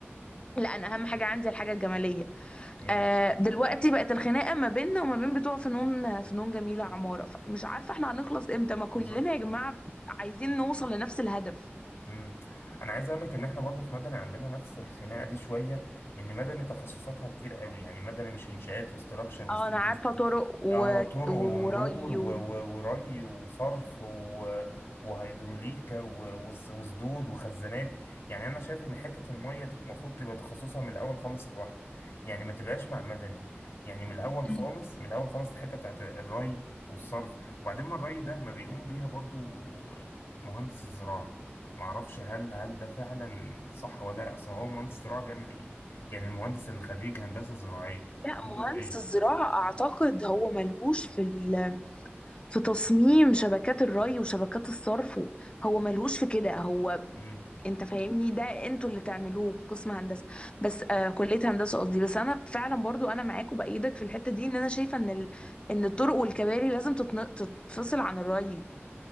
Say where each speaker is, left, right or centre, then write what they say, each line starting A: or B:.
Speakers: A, on the left; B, on the left.
A: لأ أنا أهم حاجة عندي الحاجة الجمالية
B: امم
A: آه دلوقتي بقت الخناقة ما بيننا وما بين بتوع فنون فنون جميلة عمارة مش عارفة احنا هنخلص امتى ما كلنا
B: بالظبط
A: يا جماعة عايزين نوصل لنفس الهدف
B: امم انا عايز اقول لك ان احنا برضه في مدني عندنا نفس الخناقه دي شويه ان مدني تخصصاتها كتير قوي يعني مدني مش انشاءات وستراكشر وستيل
A: اه انا عارفة طرق و...
B: اه طرق
A: و-
B: ومرور
A: وري
B: و-
A: و...
B: و- وري وصرف و- وهيدروليكا و- وس- وسدود وخزانات يعني انا شايف ان حته الميه دي المفروض تبقى تخصصها من الاول خالص لوحده يعني ما تبقاش مع مدني يعني من الاول خالص
A: آه.
B: من الاول خالص الحته بتاعت الري والصرف وبعدين ما الري ده ما بيقوم بيها برضو مهندس الزراعه معرفش هل هل ده فعلا صح ولا لا اصل هو مهندس الزراعه بيعمل ايه يعني المهندس اللي خريج هندسه زراعيه
A: لا
B: ده
A: مهندس
B: دوره
A: الزراعة أعتقد هو ملهوش في ال... في تصميم شبكات الري وشبكات الصرف و- هو ملهوش في كده هو
B: ايه
A: أنت فاهمني ده أنتوا اللي تعملوه قسم هندسة بس آه كلية هندسة قصدي بس أنا فعلا برضو أنا معاك وبأيدك في الحتة دي إن أنا شايفة إن ال... إن الطرق والكباري لازم تتن... تتفصل عن الري